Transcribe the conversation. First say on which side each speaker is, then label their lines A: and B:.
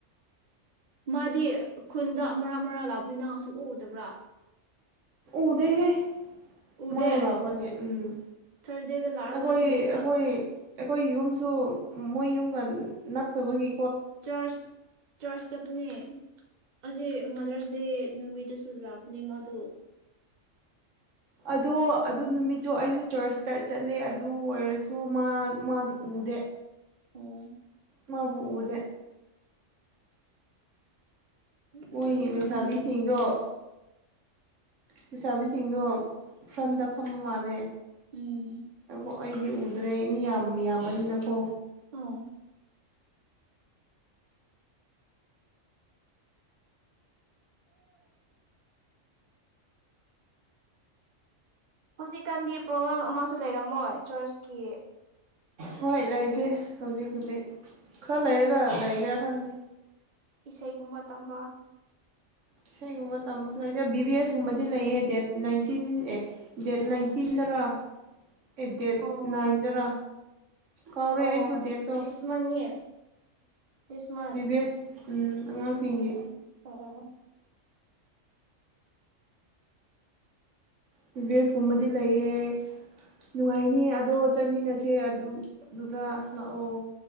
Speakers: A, on the right; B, on the right.
A: ꯃꯥꯗꯤ ꯈꯨꯟꯗ ꯃꯔꯥ ꯃꯔꯥ ꯂꯥꯛꯕꯅꯤ ꯅꯪꯁꯨ ꯎꯗꯕ꯭ꯔꯥ
B: ꯎꯗ ꯍꯦ
A: ꯎꯗꯦ
B: ꯃꯥꯕꯨ ꯂꯥꯛꯄ꯭ꯔꯅꯦ ꯎꯝ
A: ꯊꯔꯁꯗꯦꯗ ꯂꯥꯛꯑꯒ
B: ꯑꯩꯈꯣꯏ
A: ꯁꯟꯗꯦꯗ
B: ꯑꯩꯈꯣꯏ ꯑꯩꯈꯣꯏ ꯌꯨꯝꯁꯨ ꯃꯣꯏ ꯌꯨꯝ ꯀꯥꯟꯗ ꯅꯠꯇꯕꯒꯤ
A: ꯆꯆ ꯆꯔꯆ ꯆꯠꯄꯅꯦ ꯑꯁꯤ ꯃꯗ꯭ꯔꯁ ꯗꯦ ꯅꯨꯃꯤꯠꯇ ꯂꯥꯛꯄꯅꯤ ꯃꯗꯨ
B: ꯑꯗꯨ ꯑꯗꯨ ꯅꯨꯃꯤꯠꯇꯣ ꯑꯩꯁꯨ ꯆꯔꯁꯇ ꯆꯠꯂꯦ ꯑꯗꯨ ꯑꯣꯏꯔꯁꯨ ꯃꯥ ꯃꯥꯗꯨ ꯎꯗꯦ
A: ꯑꯣ
B: ꯃꯥꯕꯨ ꯎꯗꯦ ꯃꯣꯏ
A: ꯑꯗꯨꯗꯤ
B: ꯂꯩꯁꯥꯕꯤꯁꯤꯡꯗꯣ
A: ꯈꯪꯗ꯭ꯔꯦ
B: ꯂꯩꯁꯥꯕꯤꯁꯤꯡꯗꯣ ꯐ꯭ꯔꯟꯗ ꯐꯝꯕ ꯃꯥꯜꯂꯦ
A: ꯎꯝ
B: ꯑꯣ ꯑꯩꯗꯤ ꯎꯗ꯭ꯔꯦ ꯃꯤ ꯌꯥꯝ ꯌꯥꯝꯕꯅꯤꯅꯀꯣ
A: ꯑꯣ ꯍꯧꯖꯤꯛꯀꯥꯟꯗꯤ ꯄ꯭ꯔꯣꯒ꯭ꯔꯥꯝ ꯑꯃꯁꯨ ꯂꯩꯔꯝꯃꯣꯏ ꯆ꯭ꯔꯆꯀꯤ
B: ꯍꯣꯏ ꯂꯩꯇꯦ ꯍꯧꯖꯤꯛꯄꯨꯗꯤ ꯈꯔ ꯂꯩꯔꯒ ꯂꯩꯒꯦꯔꯥ ꯈꯟꯗꯦ
A: ꯏꯁꯩꯒꯨꯝꯕ ꯇꯝꯕ
B: ꯏꯁꯩꯒꯨꯝꯕ ꯇꯝꯕ ꯂꯩ ꯕꯤ ꯕꯤ ꯑꯦꯁ ꯀꯨꯝꯕꯗꯤ ꯂꯩꯌꯦ ꯗꯦꯠ ꯅꯥꯏꯟꯇꯤꯟ ꯑꯦ ꯗꯦꯠ ꯅꯥꯏꯟꯇꯤꯟꯗꯔ ꯑꯦ ꯗꯦꯠ
A: ꯑꯣ
B: ꯅꯥꯏꯟꯗꯔꯥ ꯀꯥꯎꯔꯦ
A: ꯑꯣ
B: ꯑꯩꯁꯨ ꯗꯦꯠꯇꯣ
A: ꯗꯤꯁ ꯃꯟꯅꯤ ꯗꯤꯁ ꯃꯟ
B: ꯕꯤꯚꯦꯁ ꯑꯉꯥꯡꯁꯤꯡꯒꯤ
A: ꯑꯣ ꯑꯣ ꯑꯣ ꯑꯣ ꯑꯣ
B: ꯚꯤꯚꯦꯁ ꯀꯨꯝꯕꯗꯤ ꯂꯩꯌꯦ ꯅꯨꯡꯉꯥꯏꯅꯤ ꯑꯗꯣ ꯆꯠꯃꯤꯟꯅꯁꯦ ꯑꯗꯨꯗꯨꯗ ꯂꯥꯛꯑꯣ